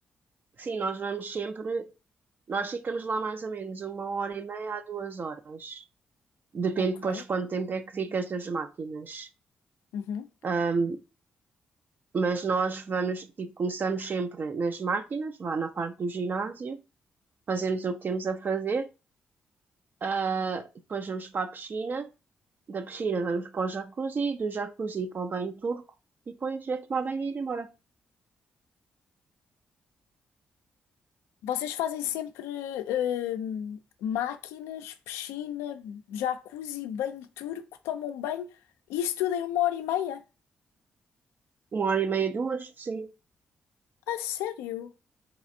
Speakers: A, on the right; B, on the left.
A: Sim, nós vamos sempre. Nós ficamos lá mais ou menos uma hora e meia a duas horas. Depende
B: Ok.
A: depois de quanto tempo é que ficas nas máquinas.
B: Uhum.
A: Um, mas nós vamos, tipo, começamos sempre nas máquinas, lá na parte do ginásio, fazemos o que temos a fazer, uh, depois vamos para a piscina, da piscina vamos para o jacuzzi, do jacuzzi para o banho turco, e depois é tomar banho e ir embora.
B: Vocês fazem sempre hum, máquinas, piscina, jacuzzi, banho turco, tomam banho, isso tudo em uma hora e meia?
A: Uma hora e meia, duas, sim.
B: A sério?